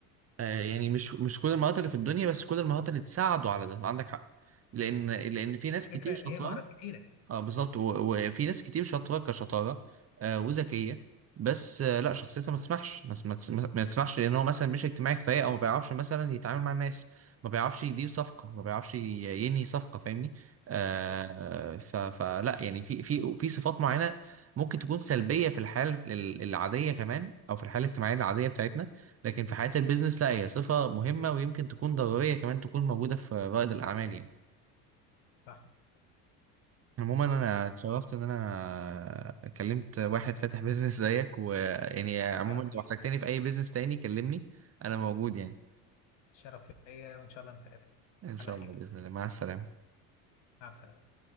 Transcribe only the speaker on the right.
آه، يعني مش مش كل المهارات اللي في الدنيا بس كل المهارات اللي تساعده على ده عندك حق لان لان في ناس
كتير شاطره
اه بالظبط و- وفي ناس كتير شاطره كشطاره آه وذكيه بس آه لا شخصيتها ما تسمحش ما, ما, تسمح- ما تسمحش لان هو مثلا مش اجتماعي كفايه او ما بيعرفش مثلا يتعامل مع الناس ما بيعرفش يدير صفقه ما بيعرفش ي- ينهي صفقه فاهمني آه
ف فلا يعني في في في صفات معينه ممكن تكون سلبيه في الحياه ال- العاديه كمان او في الحياه الاجتماعيه العاديه بتاعتنا لكن في حياه البيزنس لا هي صفه مهمه ويمكن تكون ضروريه كمان تكون موجوده في رائد الاعمال يعني
عموما انا اتشرفت ان انا كلمت واحد فاتح بيزنس زيك ويعني عموما
لو
احتجتني في اي بيزنس تاني كلمني انا موجود يعني
ان شاء
الله باذن الله مع السلامه